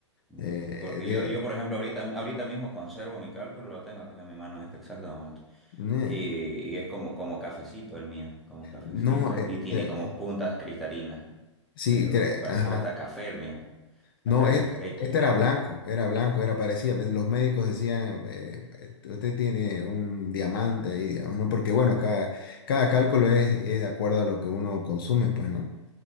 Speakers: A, in the centre; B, on the left (about 45°).
A: Ujú.
B: Eh,
A: Porque
B: de-
A: yo, yo, por ejemplo, ahorita, ahorita mismo conservo mi cálculo, lo tengo acá en mi mano en este exacto momento.
B: eh,
A: Y, y es como, como cafecito el mío, como cafecito,
B: no, eh,
A: y tiene
B: te-
A: como puntas cristalinas,
B: sí,
A: pero
B: cre-
A: pareciera
B: ajá.
A: hasta café el mío,
B: No,
A: hasta que
B: eh,
A: he hecho,
B: este era blanco, era blanco, era parecía. Los médicos decían, eh, eh, usted tiene un diamante ahí, digamos, ¿no? Porque bueno, cada, cada cálculo es, es de acuerdo a lo que uno consume, pues, ¿no?